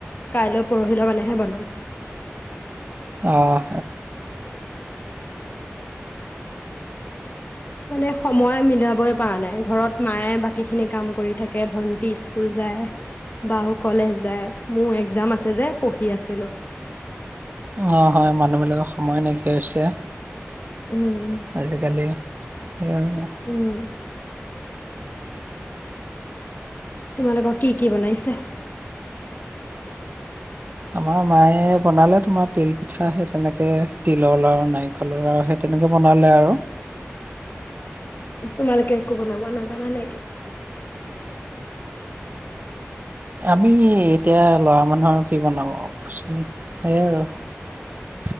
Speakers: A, on the left; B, on the right.
A: কাইলৈ পৰহিলৈ মানেহে বনাম।
B: অ'
A: মানে সময় মিলাবই পৰা নাই ঘৰত মায়ে বাকীখিনি কাম কৰি থাকে ভন্টি স্কুল যায় বা কলেজ যায় মোৰ এক্জাম আছে যে পঢ়ি আছিলোঁ।
B: অঁ হয় মানুহবিলাকৰ সময় নাইকিয়া হৈছে
A: উম
B: আজিকালি সেই আৰু
A: উম তোমালোকক কি কি বনাইছে
B: আমাৰ মায়ে বনালে তোমাৰ তিলপিঠা সেই তেনেকৈ তিলৰ লাডু নাৰিকলৰ লাড়ু সেই তেনেকৈ বনালে আৰু
A: তোমালোকে একো বনাব নাজানা নেকি
B: আমি এতিয়া ল'ৰা মানুহৰ কি বনাব কোৱাচোন সেয়াই আৰু।